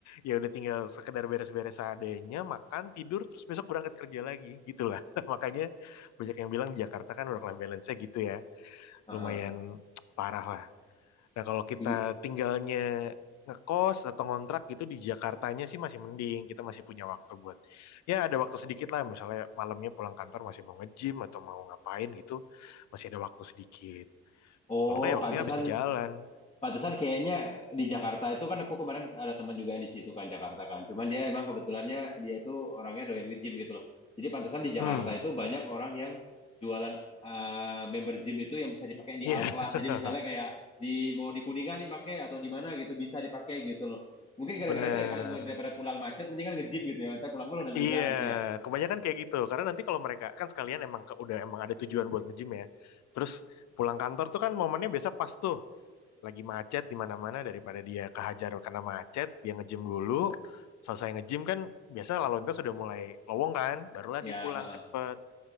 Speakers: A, on the left; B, on the left.
A: ya udah tinggal sekedar beres-beres seadanya, makan, tidur, terus besok berangkat kerja lagi, gitulah. <laughs> Makanya banyak yang bilang di Jakarta kan work life balance-nya gitu ya,
B: Ah,
A: lumayan
B: ah.
A: parah lah. Nah kalau kita
B: Iya.
A: tinggalnya ngekos atau ngontrak gitu di Jakartanya sih masih mending kita masih punya waktu buat ya ada waktu sedikit lah misalnya malamnya pulang kantor masih mau nge-gym atau mau ngapain gitu masih ada waktu sedikit
B: Oh,
A: kalau enggak ya waktunya
B: pantesan
A: habis di jalan
B: Pantesan kayaknya di Jakarta itu kan aku kemarin ada teman juga yang di situ kan Jakarta kan. Cuman dia emang kebetulannya dia itu orangnya doyan nge-gym gitu loh. Jadi pantesan di Jakarta
A: hmm
B: itu banyak orang yang jualan eh, member gym itu yang bisa dipakai di
A: iya
B: al
A: yeah.
B: class. Jadi misalnya kayak di mau di Kuningan nih pakai atau di mana gitu bisa dipakai gitu loh. Mungkin
A: <laughs>
B: gara-gara
A: bener
B: itu ya kali daripada pulang macet mendingan nge-gym gitu ya. Ntar pulang-pulang udah lega
A: Iya,
B: gitu ya.
A: kebanyakan kayak gitu. Karena nanti kalau mereka kan sekalian emang ke- udah emang ada tujuan buat nge-gym ya. Terus pulang kantor tuh kan momennya biasa pas tuh lagi macet di mana-mana daripada dia kehajar karena macet, dia nge-gym dulu. Selesai nge-gym kan biasa lalu lintas sudah mulai lowong kan, barulah
B: Ya,
A: dia pulang
B: heeh.
A: cepet.